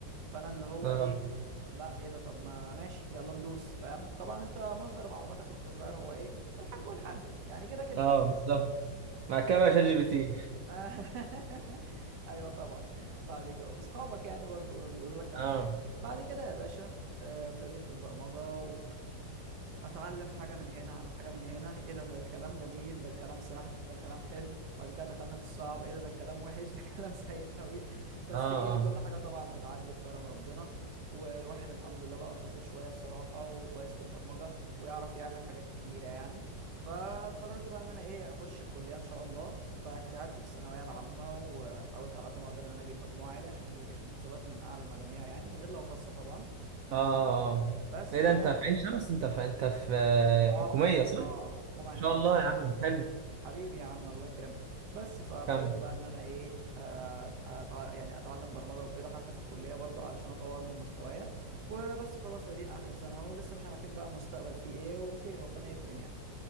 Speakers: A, on the right; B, on the right.
A: فانا اللي هو
B: اه
A: ايه لا ايه ده طب ما ماشي يلا ندوس فاهم طبعا انت مصدر معلوماتك وانت صغير هو ايه الحاج والحاجه يعني كده كده
B: اه بالظبط مع كده بقى
A: ف...
B: شات جي بي تي
A: <laughs> ايوه طبعا بعد كده واصحابك يعني برضو بيقولوا لك كام
B: اه
A: حاجه بعد كده يا باشا آه، ابتديت في البرمجه اتعلم حاجه من هنا على حاجه من هنا ايه ده ده الكلام جميل ده الكلام سهل ده الكلام حلو بعد كده دخلنا في الصعب ايه ده ده الكلام وحش ده كلام <laughs> سيء قوي بس
B: اه اه
A: ايه كل حاجه طبعا بتعدي بكرم ربنا والواحد الحمد لله بقى شاطر شويه بصراحه وكويس في البرمجه ويعرف يعمل حاجات كتيره يعني فقررت بقى ان انا ايه اخش الكليه ان شاء الله فاجتهدت في الثانويه العامه وحاولت على قد ما اقدر ان انا اجيب مجموع عالي عشان دي عشان حسابات من اعلى المجاميع يعني غير لو خاصه طبعا
B: اه اه
A: بس
B: ايه
A: و...
B: ده انت في عين شمس انت في انت في آه،
A: اه
B: حكوميه
A: في حكومه
B: صح
A: اه
B: ان
A: في حكومه عين
B: شاء
A: شمس
B: الله
A: أيوة.
B: يا عم حلو
A: حبيبي يا عم الله يكرمك بس فابتديت
B: كمل
A: بقى ان انا ايه آه، آه، أتع... يعني اتعلم برمجه وكده حتى في الكليه برضو علشان اطور من مستوايا وبس خلاص ادينا اخر سنه اهو لسه مش عارفين بقى مستقبل فيه ايه وخير ربنا يكرم يعني